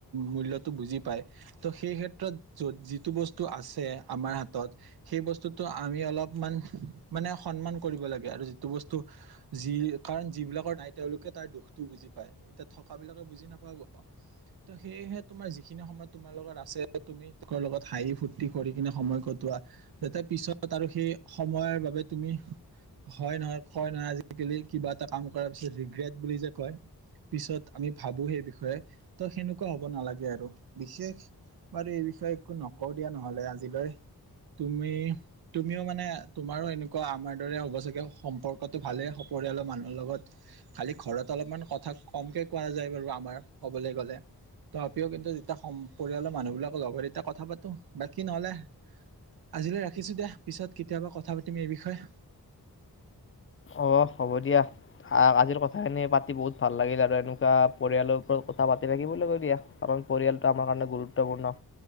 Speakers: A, on the right; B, on the left.
A: মূল্যটো বুজি পায়। ত' সেই ক্ষেত্ৰত য যিটো বস্তু আছে আমাৰ হাতত সেই বস্তুটো আমি অলপমান মানে সন্মান কৰিব লাগে আৰু যিটো বস্তু যি কাৰণ যিবিলাকৰ নাই তেওঁলোকে তাৰ দুখটো বুজি পায়। এতিয়া থকা বিলাকে বুজি নাপায় ত সেয়েহে তোমাৰ যিখিনি সময় তোমাৰ লগত আছে তুমি ত লগত হাঁহি, ফূুৰ্তি কৰি কিনে সময় কটোৱা যাতে পিছত আৰু সেই সময়ৰ বাবে তুমি হয় নহয় কয় নহয় আজিকালি কিবা এটা কাম কৰাৰ পিছত ৰিগ্ৰেট বুলি যে কয়। পিছত আমি ভাবো সেই বিষয়ে ত, সেনেকুৱা হ'ব নালাগে আৰু বিশেষ বাৰু এই বিষয়ে একো নকওঁ দিয়া নহলে আজিলৈ তুমি তুমিও মানে তোমাৰো এনেকুৱা আমাৰ দৰে হ'ব চাগে সম্পৰ্কটো ভালেই পৰিৰিয়ালৰ মানুহৰ লগত খালি ঘৰত অলপমান কথা কমকে কোৱা যায় বাৰু আমাৰ কবলৈ গলে। তথাপিও কিন্তু যেতিয়া পৰিয়ালৰ মানুহবিলাকক লগ হয় তেতিয়া কথা পাতো। বাক নহলে আজিলৈ ৰাখিছো দিয়া। পিছত কেতিয়াবা কথা পাতিম এই বিষয়ে।
B: অ হ'ব দিয়া। আজিৰ কথাখিনি পাতি বহুত ভাল লাগিল আৰু এনেকুৱা পৰিয়ালৰ ওপৰত কথা পাতি থাকিব ল দিয়া কাৰণ পৰিয়ালটো আমাৰ কাৰণে গুৰুত্বপূৰ্ণ।